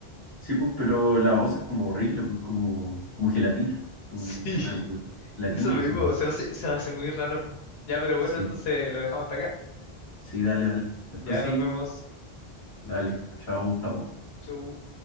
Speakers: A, on the left (about 25°); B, on the left (about 75°).
A: Sí, pues, pero la babosa es como horrible, pues, como, como gelatina,
B: <laughs>
A: como
B: Sí,
A: una hue- gelatina,
B: eso mismo,
A: así.
B: se me hace, se me hace muy raro. Ya, pero bueno,
A: Sí.
B: entonces lo dejamos hasta acá.
A: Sí, dale, dale. Después
B: Ya
A: seguimos.
B: nos vemos.
A: Dale, chao, Gustavo.
B: Chau.